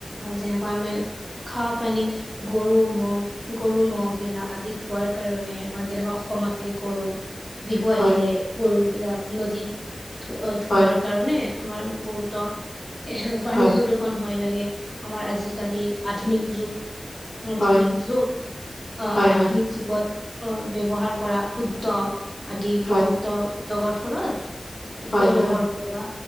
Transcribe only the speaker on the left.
হয়
হয়
হয়,
হয়,
হয়,
হয়,
হয়,
হয়,
হয়,